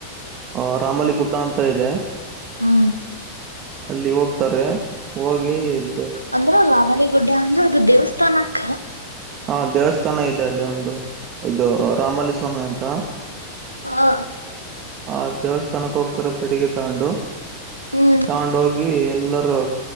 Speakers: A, on the right; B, on the right.
A: ಅ ರಾಮಲಿಗುಡ್ಡ ಅಂತ ಇದೆ.
B: ಹ್ಮ
A: ಅಲ್ಲಿ ಹೋಗ್ತಾರೆ ಹೋಗಿ ಇದ್ದೆ.
B: ಅಂದ್ರ ರಾಮಲಿಗುಡ್ಡೆ ಅಂದ್ರ ಅದು ದೇವಸ್ಥಾನಕ್ಕ.
A: ಹಾ ದೇವಸ್ಥಾನ ಇದೆ ಅಲ್ಲಿ ಒಂದು ಇದು ರಾಮಲ್ಲಿ ಸ್ವಾಮಿ ಅಂತ.
B: ಹಾ
A: ಆ ದೇವಸ್ಥಾನಕ್ಕೆ ಹೋಗ್ತಾರೆ ಪೆಟಿಗೆ ತಕೊಂಡು.
B: ಹ್ಮ್
A: ತಗೊಂಡು ಹೋಗಿ ಎಲ್ಲರೂ.